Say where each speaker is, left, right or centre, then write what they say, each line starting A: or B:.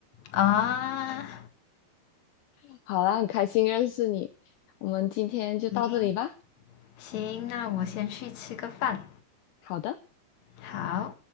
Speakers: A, on the left; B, on the left.
A: 啊。
B: <laughs> 好啦，很开心认识你，我们今天就到这里吧。
A: 行行，那我先去吃个饭。
B: 好的。
A: 好。